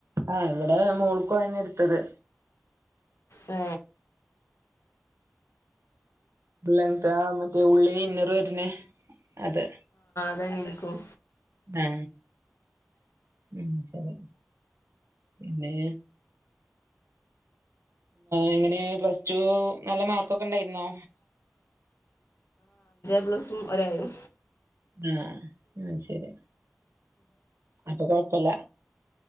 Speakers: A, on the right (about 85°); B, on the left (about 85°).
A: ആ ഇവിടേ മോൾക്കും അയന്നെ എടുത്തത്
B: ഏ....
A: ലെങ്താ ആ മറ്റേ ഉള്ളില് ഇന്നറ് വരുന്നേ അത്
B: അതെന്നെ എനിക്കും
A: ആ ഉം ശരി പിന്നേ എങ്ങനേ പ്ലസ് ടൂ നല്ല മാർക്കൊക്കെ ഒണ്ടായിരുന്നോ
B: എ പ്ലെസും ഒരെയും
A: ആ ആ ശരി അപ്പൊ കൊഴപ്പല്ല